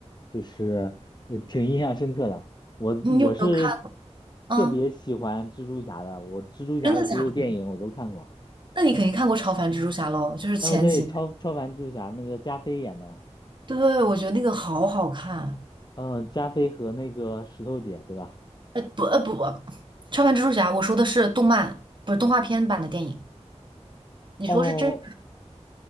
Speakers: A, on the left; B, on the right.
A: 就是呃挺印象深刻的。我我是
B: 你有没有看啊？
A: 特别喜欢蜘蛛侠的，我蜘蛛侠的所有电影我都看过。
B: 真的假的？那你肯定看过超凡蜘蛛侠喽，就是前几年，
A: 哦，对，超超凡蜘蛛侠那个加菲演的嘛。
B: 对，我觉得那个好好看，
A: 嗯，加菲和那个石头姐，对吧？
B: 呃不呃不，超凡蜘蛛侠，我说的是动漫，不是动画片版的电影，你说是真。
A: 哦，